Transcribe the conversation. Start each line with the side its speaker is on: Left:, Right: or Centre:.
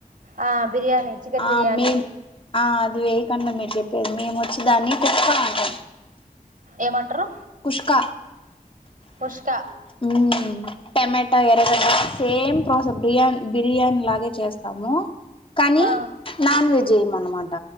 Right: ఆ బిర్యానీ చికెన్
Left: ఆ
Right: బిర్యానీ
Left: మేమ్ ఆ అది వేయకుండా మీరు చెప్పేది మేము వచ్చి దాన్ని కుష్కా అంటాం
Right: ఏమంటరు
Left: కుష్కా
Right: పుష్క
Left: ఉ టమాటా ఎర్రగడ్డ సేమ్ ప్రాసెస్ బిర్యానీ బిర్యానీ లాగే చేస్తాము కానీ
Right: ఆ
Left: నాన్ వెజ్ వెయ్యము అన్నమాట